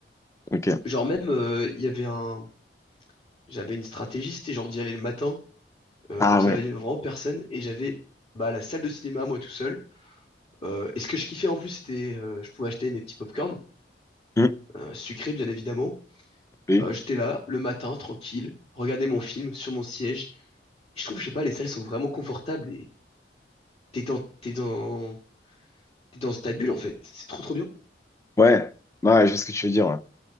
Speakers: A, on the left; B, on the left.
A: Ok.
B: Genre, même, euh, il y avait un, j'avais une stratégie, c'était genre d'y aller le matin, euh,
A: Ah
B: comme ça,
A: ouais.
B: là, il y avait vraiment personne et j'avais, bah, la salle de cinéma, moi tout seul. Euh, et ce que je kiffais en plus, c'était, euh, je pouvais acheter mes petits popcorn,
A: Hmm.
B: euh, sucrés, bien évidemment.
A: Oui.
B: Euh, j'étais là, le matin, tranquille, regarder mon film sur mon siège. Et je trouve, je sais pas, les salles sont vraiment confortables et t'es dans, t'es dans, t'es dans ta bulle en fait. C'est trop trop bien.
A: Ouais. Ouais, je vois ce que tu veux dire. ouais.